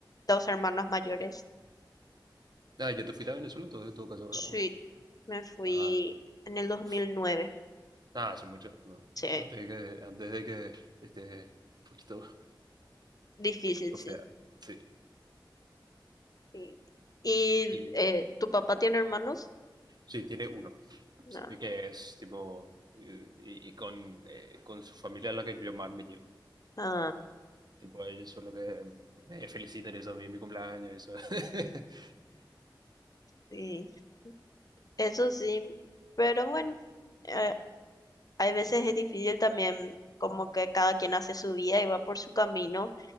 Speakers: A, on the left; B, on the right.
A: dos hermanos mayores.
B: Ah, yo te fuiste a Venezuela entonces en todo caso,
A: Sí,
B: ¿verdad? ¿O no?
A: me fui
B: Ah,
A: en el dos
B: uf.
A: mil nueve
B: ah hace mucho. no.
A: Sí,
B: Antes de que, antes de que esté un poquito, un
A: difícil,
B: poquito
A: sí.
B: fea. Sí.
A: sí. ¿Y
B: Y
A: eh, tu papá tiene hermanos?
B: sí, tiene uno.
A: No.
B: Sí, Que es tipo. eh, Y, y con, eh, con su familia es la que yo más me llevo.
A: Ah,
B: Tipo, ellos son los que me felicitan eso a mí en mi cumpleaños. Eso. <laughs>
A: sí. Eso sí, pero bueno, eh, hay veces es difícil también. como que cada quien hace su vida y va por su camino